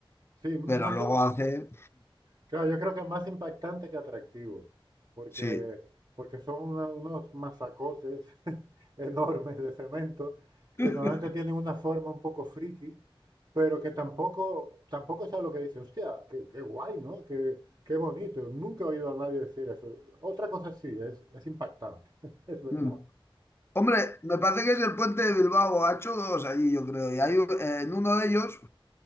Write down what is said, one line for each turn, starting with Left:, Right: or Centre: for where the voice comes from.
Right: Sí, más,
Left: pero luego
Right: im-
Left: hace...
Right: Claro, yo creo que es más impactante que atractivo, porque,
Left: <laughs> Sí.
Right: porque son una- unos masacotes <laughs> enormes de cemento que
Left: Mm,
Right: normalmente tienen una forma un poco friki, pero que tampoco, tampoco es algo que dice, hostia, qué, qué guay, ¿no? Qué, qué bonito. Nunca he oído a nadie decir eso. Otra cosa sí, es, es impactante, <laughs> es verdad.
Left: mm. Hombre, me parece que es el puente de Bilbao. Ha hecho dos allí, yo creo. Y hay, un- eh, en uno de ellos,